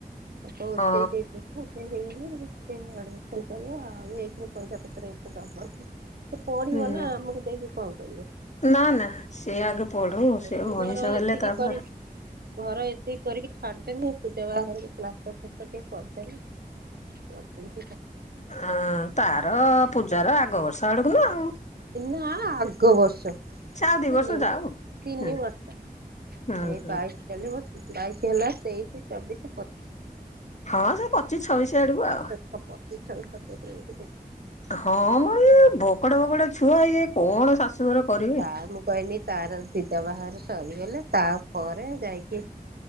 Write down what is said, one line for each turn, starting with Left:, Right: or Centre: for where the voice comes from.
Right: <unintelligible> ମୋ
Left: ହଁ
Right: ପାଇଁ ହେଇଗଲା ସେଥିପାଇଁ ଆଡମିସନ କଲା ଆଉ ଏକରୁ ପଇସାପତ୍ର ଏତେ ଦବନି। ସେ ପଢିବ
Left: ହୁଁ
Right: ନା ଆମକୁ ଦେଇକି କଣ କରିବ?
Left: ନା ନା ସେ ଆଗେ ପଢୁ ସେ
Right: ଏଇ
Left: ମଣିଷ
Right: ଘର
Left: ହେଲେ
Right: ଏତିକି
Left: ତାପରେ
Right: କରି ଘର ଏତିକି କରିକି ଛାଡିଦେମି ପୂଜା ବାହାଘରକୁ ପ୍ଲାଷ୍ଟର୍ ଫ୍ଲାଷ୍ଟର୍ ଟିକେ କରିଦେଲେ <unintelligible>
Left: ଆଁ ତାର ପୂଜାର ଆଗ ବର୍ଷ ଆଡକୁ ନା ଆଉ।
Right: ନା ଆଗ ବର୍ଷ ତିନି
Left: ସେ ଆଉ ଦି ବର୍ଷ
Right: ମା
Left: ଯାଉ।
Right: ତିନି
Left: ହୁଁ
Right: ବର୍ଷ
Left: ହୁଁ
Right: ଏଇ
Left: ହୁଁ
Right: ବାଇ କଇଲି ମ ବାଇଶି ହେଲା ତେଇଶି ଚବିଶି ପ
Left: ହଁ ସେ ପଚିଶ ଛବିଶ ଆଡକୁ ଆଉ।
Right: ପଚିଶ ଛବିଶ ସତେଇଶରେ ଗୋଟେ
Left: ହଁ ମ ଏ ବକଟେ ବକଟେ ଛୁଆ ଇଏ କଣ ଶାଶୁଘରେ କରିବେ।
Right: ଆଉ ମୁଁ କହିନି ତାର ସିଧା ବାହଘର ସରିଗଲେ ତାପରେ ଯାଇକି